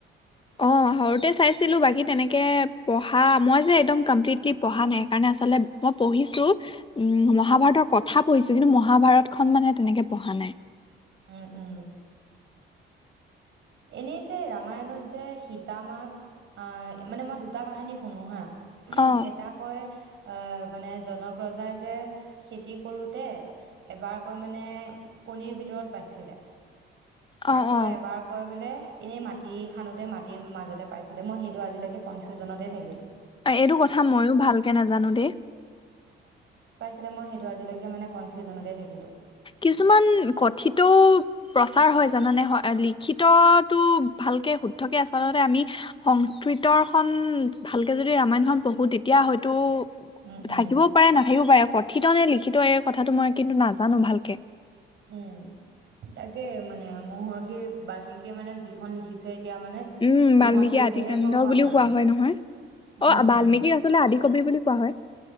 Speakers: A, on the left; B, on the right.
A: অ', সৰুতে চাইছিলো বাকী তেনেকে পঢ়া মই যে একদম কমপ্লিটলি পঢ়া নাই মানে মই আচলতে পঢ়িছো। উম মহাভাৰতৰ কথা কৈছো কিন্তু মহাভাৰতখন মানে তেনেকে পঢ়া নাই
B: উম উম এনেকেই য ৰামায়নত যে সীতা মাক আঁ মানে মই দুটা কাহানী শুনো হা
A: অ',
B: এটা কয় এ মানে জনক ৰজাই যে খেতি কৰোতে এবাৰ কৈ মানে কণীৰ ভিতৰত পাইছিলে
A: অ',
B: আকৌ
A: অ',
B: এবাৰ বোলে এনেই মাটি খোতে মাটিৰ মাজতে পাইছিলে মই সেইটো আজিলৈকে কনফিউজনতেই থাকিলো
A: এইটো কথা ময়ো ভালকে নাজানো দেই
B: আছিলে মই সেইটো আজিলৈকে মানে কনফিউজনতেই থাকিলো
A: কিছুমান কথিতও প্ৰচাৰ হয় জানানে লিখিতটো ভালকে শুদ্ধকে আচলতে আমি সংস্কৃতৰখন ভালকে যদি ৰামায়ণখন পঢ়ো তেতিয়া হয়তো
B: থাকিলোঁ
A: থাকিবও পাৰে নাথাকিবও পাৰে ক'ত ঠিত নলি কিন্তু এই কথাটো মই কিন্তু নাজানো জানো ভাল কে
B: উম তাকে মানে মহৰ্ষি বাল্মিকিয়ীয়ে মানে যিখন লিখিছে এতিয়া মানে
A: উম
B: সেইখন
A: বাল্মিকী
B: পঢ়িলেহে
A: আদিকানণ্ড
B: গম পাম
A: বুলিও
B: আৰু
A: কোৱা হয় নহয়
B: উম
A: অ বাল্মিকক
B: উম
A: আচলতে আদি কবি বুলি কোৱা হয়